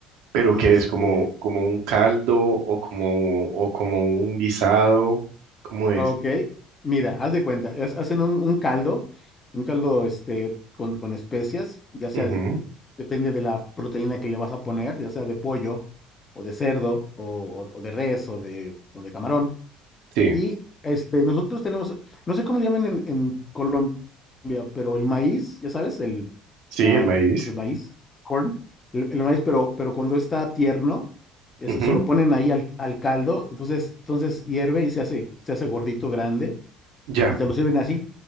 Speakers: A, on the right; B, on the left.
A: ¿Pero
B: Y
A: qué
B: este,
A: es? ¿Como, como un caldo o como, o como un guisado? ¿Cómo
B: Ok,
A: es?
B: mira, haz de cuenta, es- hacen un, un caldo, un caldo este, con, con especias, ya sea,
A: Ujú,
B: depende de la proteína que le vas a poner, ya sea de pollo o de cerdo o, o- o de res o de, o de camarón.
A: Sí,
B: Y este, nosotros tenemos, no sé cómo le llaman en, en Colombia, pero el maíz, ya sabes, el,
A: sí,
B: ah,
A: el maíz.
B: pues el maíz, corn, el, el maíz, pero, pero cuando está tierno, eso
A: Ujú,
B: se lo ponen ahí al, al caldo, entonces, entonces hierve y se hace, se hace gordito, grande,
A: Ya.
B: y te lo sirven así,